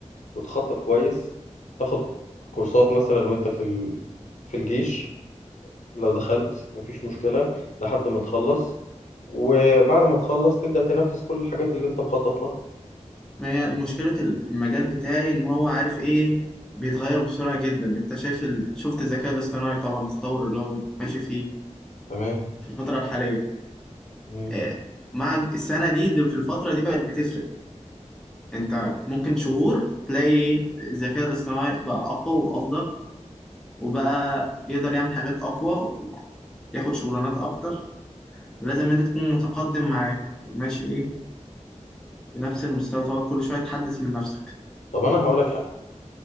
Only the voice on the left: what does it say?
وتخطط كويس تاخد كورسات مثلا وانت في ال... في الجيش لو دخلت مفيش مشكلة لحد ما تخلص وبعد ما تخلص تبدأ تنفذ كل الحاجات اللي انت مخطط لها
تمام
مم.
طب انا هقولك حاجة